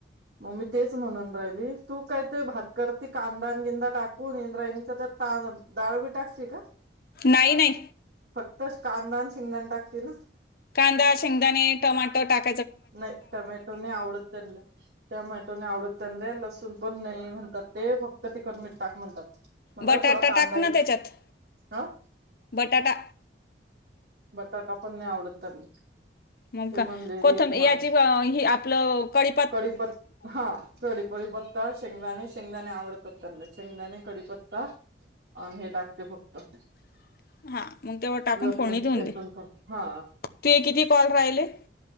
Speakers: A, on the right (about 60°); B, on the left (about 55°).
A: मग मी तेच म्हणून राहिली, तू काय ते भात करती कांदा अन गिंदा टाकून इंद्रायणीचा त्यात <unintelligible> डाळ बी टाकती का?
B: नाही, नाही.
A: फक्तच कांदा अन शेंगदाणं टाकती ना?
B: कांदा, शेंगदाणे, टोमाटो टाक
A: नाही टमॅटो नाय आवडत त्यांला, टमॅटो नाय आवडत त्यांला लसूण पण नाही म्हणतात ते, फक्त टिकत टाक म्हणतात. मल
B: बटाटा
A: थोडा कांदा
B: टाक ना
A: घेत
B: त्याच्यात
A: हं.
B: बटाटा
A: बटाटा पण, नाही आवडत त्यांना.
B: मग
A: ते
B: का?
A: म्हणलेली
B: कोथम
A: आहे ते माणूस
B: याची आपलं कडी.
A: कडीपत्, हा. पळी पळीपत्ता. शेंगदाणे, शेंगदाणे आवडतात त्यांना. शेंगदाणे, कडीपत्ता. आणि हे टाकते फक्त.
B: <unintelligible> हा मग तेवड टाकून
A: लसूण
B: फोडीणी देऊन
A: ठेचून
B: दे.
A: हा
B: तू किती कॉल राहिले?